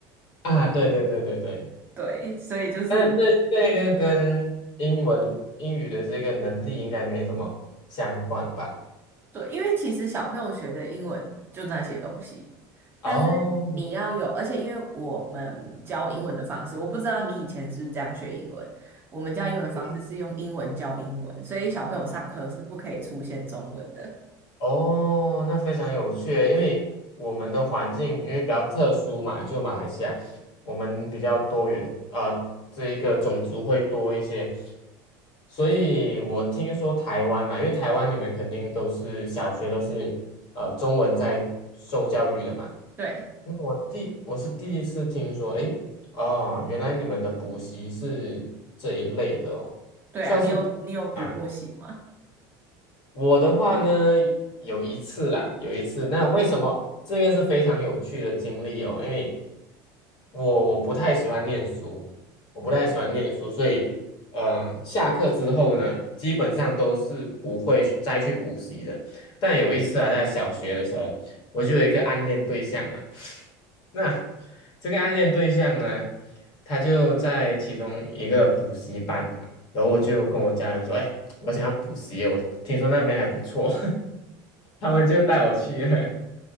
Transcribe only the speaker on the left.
啊，对对对对对，
但是这这个跟英文英语的这个能力应该没什么相关吧？
哦，
嗯
哦，那非常有趣，因为我们的环境因为比较特殊嘛，就马来西亚，我们比较多元，呃，这一个种族会多一些，所以我听说台湾嘛，因为台湾你们肯定都是小学都是呃中文在受教育的嘛。
那我第我是第一次听说，诶，啊，原来你们的补习是这一类的哦，
算是补吗？
我的话呢，有一次啦，有一次，那为什么这个是非常有趣的经历哦？因为我我不太喜欢念书，我不太喜欢念书，
所以嗯，下课之后呢，基本上都是不会去再去补习的。但有一次啊，在小学的时候，我就有一个暗恋对象嘛。那这个暗恋对象呢，他就在其中一个补习班，然后我就跟我家人说：“哎，我想要补习，我听说那边还不错。” <laughs> 他们就带我去了，